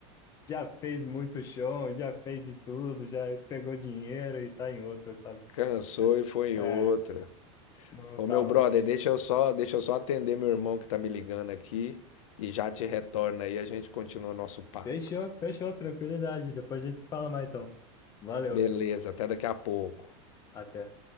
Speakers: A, on the left (about 20°); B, on the left (about 85°).
A: já fez muito show, já fez de tudo, já pegou dinheiro e tá em outra, sabe?
B: Cansou
A: Acho que.
B: e foi em
A: É,
B: outra.
A: não
B: Ô
A: tava,
B: meu brother,
A: acho.
B: deixa eu só, deixa eu só atender meu irmão que tá me ligando aqui e já te retorna aí, a gente continua nosso papo.
A: Fechou, fechou, tranquilidade. Depois a gente se fala mais então. Valeu,
B: Beleza, até daqui a pouco.
A: até.